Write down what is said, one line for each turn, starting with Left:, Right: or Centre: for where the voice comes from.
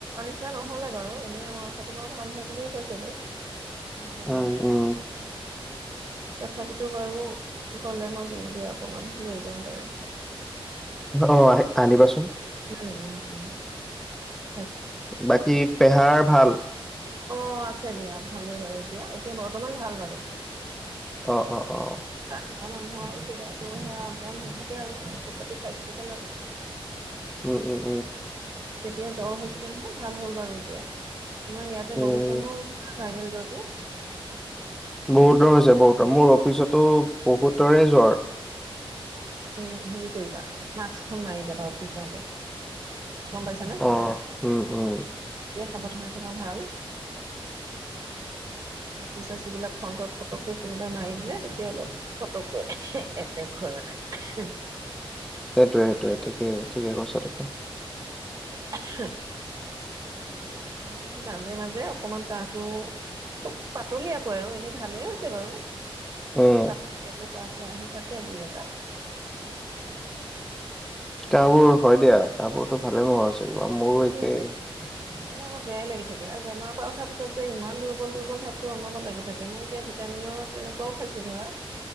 Right: ইটা নহলে বাৰু এনেই আমাৰ ওচৰটো বৰ ভাল হয় বুলিয়ে কয় ছবে। মই বনোৱাটো
Centre: উম, উম,
Right: তথাপিত ইটু বাৰু গ'লে মই দিম দিয়া অকমান লৈ যাম বাৰু
Centre: অ' আহে আনিবাচোন।
Right: উ উ উম <unintelligible>
Centre: বাকী পেহাৰ ভাল?
Right: অ' আছে দিয়া ভালে বাৰু এতিয়া এতিয়া বৰ্তমান ভাল বাৰু।
Centre: অ অ
Right: হে
Centre: অ
Right: চ <unintelligible> থকা মানুহ আৰু চুগাৰটো সেয় আপ ডাউন হৈ থাকে আৰু ঔষধ পাতি খাই থাকিব লাগে।
Centre: উ'উ'
Right: তেতিয়া জ্বৰ হৈছিলে নহয় ভাল হ'ল বাৰু এতিয়া, আমাৰ ইয়াতে
Centre: উম
Right: বহুত মানুহৰ হৈছিল। ভাইৰেল জ্বৰটো।
Centre: বহুতৰ হৈছে বহুতৰ মোৰ অফিচতো বহুতৰে জ্বৰ।
Right: এ হেৰি কৰিবা মাস্কখন মাৰি যাবা অফিচ যাওঁতে। গম পাইছানে এ
Centre: অ উম উম
Right: তে সাবধানে থকা ভাল। হাঁচি চাচি বিলাক ফ্ৰণ্টত ফটকে কোনোবাই মাৰি দিলে তেতিয়া অলপ ফটকৈ এট্ৰক হয়। সমানে <unintelligible>
Centre: সেইটোয়ে সেইটোয়ে ঠিকে ঠিকেই কৈছা তুমি।
Right: হ <unintelligible> উ সেই মাজে মাজে অকমান কাঁহটো খুব পাতলিয়াকৈ আৰু এনে ভালেই হৈছে বাৰু
Centre: উম
Right: পাতলিয়াকৈ তাত তটো আহি থাকে দুই এটা।
Centre: গা বোৰ হয় দিয়া গা বোৰতো ভালে নোহোৱা হৈছে, মোৰো
Right: একেবাৰে
Centre: একেই।
Right: অনবৰত বয়াই লাগি থাকে, বেমাৰৰ পৰা উঠাৰ পিছত যে ইমান দুৰ্বল দুৰ্বল ভাৱটো অনবৰত লাগি থাকে, মই এতিয়া ভিটা মিনৰ তেনেকুৱাও খাইছো ধৰা।